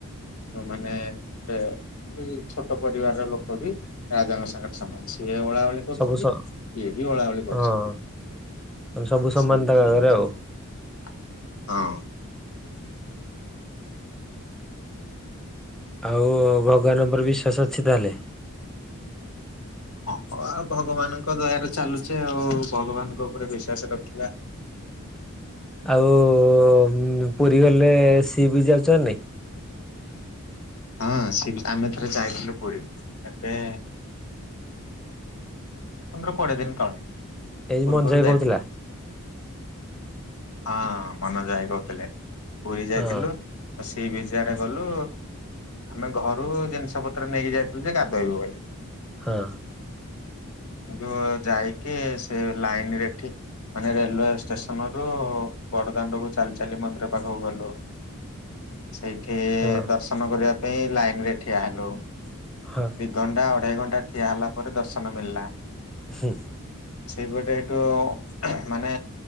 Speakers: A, on the left; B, in the centre.
A: ତ ମାନେ ଗୋଟେ ଛୋଟ ପରିବାର ର ଲୋକ ବି ରାଜାଙ୍କ ସାଙ୍ଗରେ ସାମାନ ସିଏ ଓଳାବେଳି କରୁଛନ୍ତି
B: ସବୁ ସ
A: ଇଏ ବି ଅଳା ଓଳି କରୁଛନ୍ତି
B: ହଁ ସବୁ
A: ସେଇଥିପାଇଁ
B: ସମାନ ତାଙ୍କ ଆଗରେ ଆଉ। ଆଉ ଭଗବାନ ଉପରେ ବିଶ୍ଵାସ ଅଛି ତାହେଲେ
A: ହଁ ଆଉ ଭଗବାନଙ୍କ ଦୟାରେ ଚାଲୁଛେ ଆଉ ଭଗବାନଙ୍କ ଉପରେ ବିଶ୍ୱାସ ରଖିବା
B: ଆଉ ପୁରୀ ଗଲେ ସିଏ ବି ଯାଉଛନ୍ତି ନା ନାଇଁ
A: ହଁ ସେ ଆମେ ଥରେ ଯାଇଥିଲୁ ପୁରୀ ଏବେ ପନ୍ଦର କୋଡିଏ ଦିନ ତଳେ
B: ଏଇ
A: ପୂର୍ବରୁ
B: ମଞ୍ଜୁ ଭାଇ
A: ଯାଇଥିଲୁ
B: କହୁଥିଲା।
A: ହଁ ମନଜ ଭାଇ କହୁଥିଲେ ପୁରୀ ଯାଇଥିଲୁ
B: ହଁ
A: ଆଉ ସେଇ ବି ସିଆଡେ ଗଲୁ ଆମେ ଘରୁ ଜିନିଷପତ୍ର ନେଇକି ଯାଇଥିଲୁ ଯେ ଗାଧୋଇବୁ ବୋଲି
B: ହଁ
A: ଯଉ ଯାଇକି ସେ ଲାଇନ ରେଠି ମାନେ ରେଲୱେ ଷ୍ଟେସନ ରୁ ବଡ ଦାଣ୍ଡ କୁ ଚାଲି ଚାଲି ମନ୍ଦିର ପାଖକୁ ଗଲୁ। ସେଇଠି
B: ହଁ
A: ଦର୍ଶନ କରିବା ପାଇଁ ଲାଇନ ରେ ଠିଆ ହେଲୁ।
B: ହଁ।
A: ଦୁଇ ଘଣ୍ଟା ଅଢ଼େଇ ଘଣ୍ଟା ଠିଆ ହେଲା ପରେ ଦର୍ଶନ ମିଳିଲା।
B: ହୁଁ।
A: ସେଇପଟେ ଏଠୁ ମାନେ